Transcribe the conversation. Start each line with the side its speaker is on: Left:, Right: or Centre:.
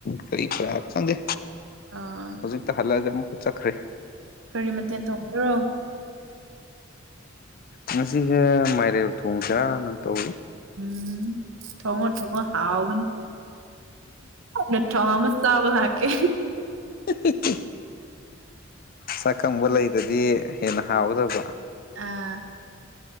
Left: ꯀꯔꯤ ꯀꯔꯥ ꯈꯪꯗꯦ
Right: ꯑꯥ
Left: ꯍꯧꯖꯤꯛꯇ ꯍꯜꯂꯛꯑꯒ ꯑꯃꯨꯛꯀ ꯆꯠꯈ꯭ꯔꯦ
Right: ꯀꯔꯤ ꯃꯊꯦꯜ ꯊꯣꯡꯗꯔꯣ
Left: ꯉꯁꯤꯁꯦ ꯃꯥꯏꯔꯦꯜ ꯊꯣꯡ ꯀꯔꯅ ꯇꯧꯋ
Right: ꯎꯝ ꯊꯉꯣ ꯊꯉꯣ ꯍꯥꯎꯥꯎꯒꯅꯤ ꯅ ꯊꯣ ꯃ ꯆꯥꯕꯂ ꯀꯦ
Left: ꯍꯍꯍ ꯁꯛꯈꯪꯕ ꯂꯩꯗꯗꯤ ꯍꯦꯟꯅ ꯍꯥꯎꯒꯗꯕ
Right: ꯑꯥ